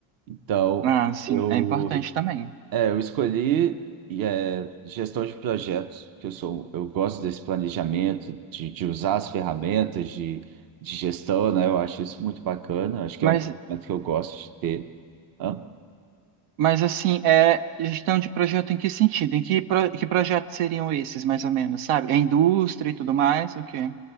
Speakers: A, on the right; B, on the right.
A: Então,
B: Ah, sim,
A: eu
B: é importante também.
A: é, eu escolhi e, é, gestão de projetos, que eu sou, eu gosto desse planejamento, de, de usar as ferramentas de, de gestão, né? Eu acho isso muito bacana, acho que
B: Mas,
A: é um momento que eu gosto de ter. Hã?
B: mas assim, é gestão de projeto em que sentido? Em que, pro, que projetos seriam esses, mais ou menos, sabe? É indústria e tudo mais, o quê?